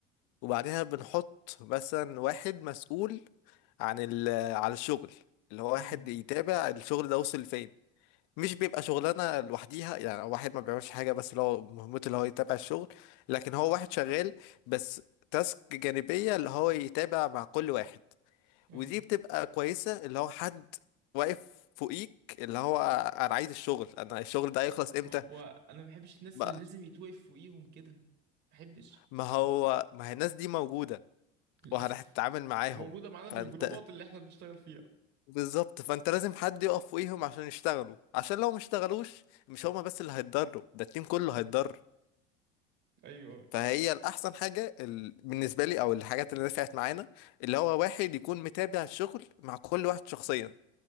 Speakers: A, on the left; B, on the right.
A: وبعدها بنحط مثلا واحد مسؤول عن ال على الشغل اللي هو واحد
B: امم
A: يتابع الشغل ده وصل فين مش بيبقى شغلانة لوحديها يعني واحد ما بيعملش حاجة بس اللي هو مهمته اللي هو يتابع الشغل لكن هو واحد شغال بس تاسك جانبية اللي هو يتابع مع كل واحد
B: اه
A: ودي بتبقى كويسة اللي هو حد واقف فوقيك اللي هو انا عايز الشغل انا الشغل ده هيخلص امتى
B: ما هو انا ما بحبش الناس
A: بقى
B: اللي لازم يتوقف فوقيهم كده ما بحبش
A: ما هو ما هي الناس دي موجودة
B: للأسف
A: وهتتعامل معاهم
B: وموجودة معانا
A: فانت
B: في الجروبات اللي احنا بنشتغل فيها
A: بالظبط فانت لازم حد يقف فوقيهم عشان يشتغلوا عشان لو ما اشتغلوش مش هما بس اللي هيتضروا ده التيم كله
B: مم.
A: هيتضر
B: ايوه أيوة.
A: فهي الأحسن حاجة ال... بالنسبة لي أو الحاجات اللي نفعت معانا اللي هو واحد يكون متابع الشغل مع كل واحد شخصيا